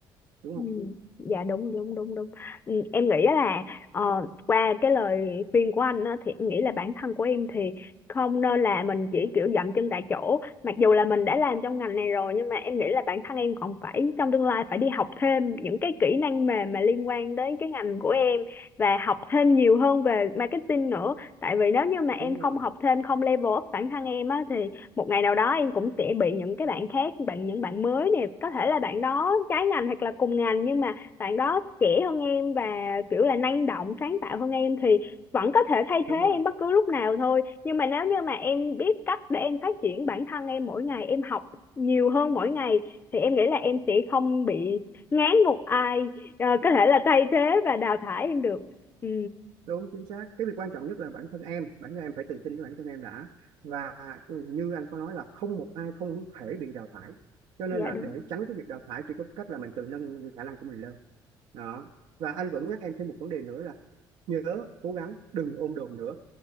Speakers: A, on the right; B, on the left.
A: đúng
B: Ừ,
A: không
B: dạ đúng đúng đúng đúng ừ, em nghĩ là ờ, qua cái lời khuyên của anh á, thì em nghĩ là bản thân của em thì không nên là mình chỉ kiểu dậm chân tại chỗ mặc dù là mình đã làm trong ngành này rồi nhưng mà em nghĩ là bản thân em còn phải trong tương lai phải đi học thêm những cái kỹ năng mềm mà liên quan đến cái ngành của em và học thêm nhiều hơn về marketing nữa tại vì nếu như mà em
A: đúng
B: không
A: rồi
B: học thêm không level up bản thân em á thì một ngày nào đó em cũng sẽ bị những cái bạn khác bạn những bạn mới nè có thể là bạn đó trái ngành hoặc là cùng ngành nhưng mà bạn đó trẻ hơn em và kiểu là năng động sáng tạo hơn em thì vẫn có thể thay
A: đúng
B: thế
A: rồi
B: em bất cứ lúc nào thôi nhưng mà nếu như mà em biết cách để em phát triển bản thân em mỗi ngày em học nhiều hơn mỗi ngày thì em nghĩ là em sẽ không bị ngán một ai ờ, có thể là thay thế và đào thải em được ừ
A: đúng chính xác cái việc quan trọng nhất là bản thân em bản thân em phải tự tin với bản thân em đã và ừ, như anh có nói là không một ai không thể bị đào thải cho nên
B: dạ
A: là
B: đúng
A: để tránh cái việc đào thải chỉ có cách là mình tự nâng khả năng của mình lên đó và anh vẫn nhắc em thêm một vấn đề nữa là nhớ cố gắng đừng ôm đồm nữa